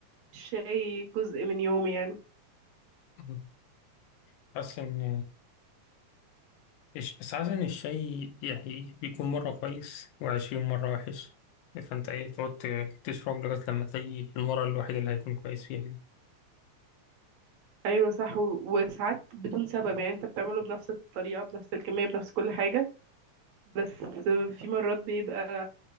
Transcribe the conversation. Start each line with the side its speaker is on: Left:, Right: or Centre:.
Right: الشاي جزء من يومي يعني
Left: مم. حاسس إن إيش بس حاسس إن الشاي يعني بيكون مرة كويس وعشرين مرة وحش فأنت إيه تقعد تشرب لغاية لما تلاقي المرة الوحيدة اللي هيكون كويس فيها
Right: أيوة صح و- وساعات بدون سبب يعني أنت بتعمله بنفس الطريقة بنفس الكمية بنفس كل حاجة بس في مرات بيبقى